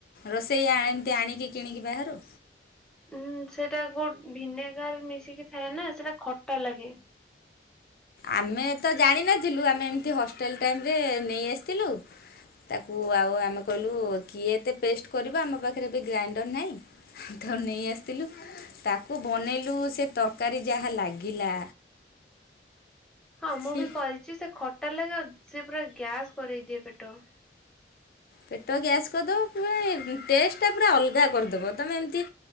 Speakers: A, on the left (about 55°); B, in the centre.
A: ରୋଷେଇ ଏମିତି ଆଣିକି କିଣିକି ବାହାରୁ।
B: ଉଁ ସେଟା ଗୋ ଭିନେଗାର୍ ମିଶିକି ଥାଏ ନା ସେଟା ଖଟା ଲାଗେ।
A: ଆମେ ତ ଜାଣିନଥିଲୁ ଆମେ ଏମିତି ହଷ୍ଟେଲ୍ ଟାଇମ୍ ରେ ନେଇ ଆସିଥିଲୁ। ତାକୁ ଆଉ ଆମେ କହିଲୁ କିଏ ଏତେ ପେଷ୍ଟ କରିବ ଆମ ପାଖରେ ଏବେ ଗ୍ରାଇଣ୍ଡର୍ ନାହିଁ। ତ ନେଇ ଆସିଥିଲୁ ତାକୁ ବନେଇଲୁ ସେ ତରକାରୀ ଯାହା ଲାଗିଲା।
B: ହଁ ମୁଁ
A: ଛି
B: ବି କରିଛି ସେ ଖଟା ଲାଗେ ଆଉ ସେ ପୁରା ଗ୍ୟାସ୍ କରେଇ ଦିଏ ପେଟ।
A: ପେଟ ଗ୍ୟାସ୍ କରିଦବ ପୁରା ଟେଷ୍ଟଟା ପୁରା ଅଲଗା କରିଦବ। ତମେ ଏମିତି